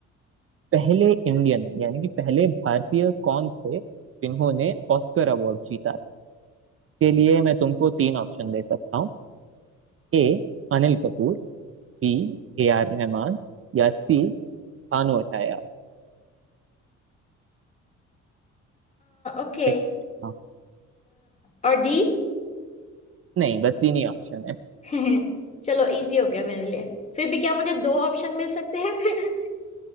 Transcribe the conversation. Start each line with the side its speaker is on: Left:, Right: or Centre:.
Right: पहले इंडियन यानी कि पहले भारतीय कौन थे जिन्होंने ऑस्कर अवार्ड जीता के लिए मैं तुमको तीन ऑप्शन दे सकता हूँ A Anil Kapoor B A R Rahman या सी भानु अथैया
Left: ओके
Right: ठीक। हाँ।
Left: और डी
Right: नहीं बस तीन ही ऑप्शन है
Left: <laughs> चलो इजी हो गया मेरे लिए फिर भी क्या मुझे दो ऑप्शन मिल सकते हैं <laughs>